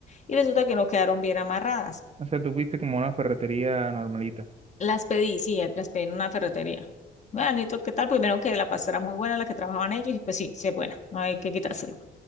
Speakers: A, on the left (about 35°); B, on the right (about 30°).
A: Y resulta que no quedaron bien amarradas.
B: O sea, tú fuiste como a una ferretería normalita.
A: Las pedí, sí, eh, las pedí en una ferretería. Bueno, ¿y tú qué tal? Primero que la pasta era muy buena, la que trabajaban ellos, y pues sí, sí es buena, no hay que quitárselo.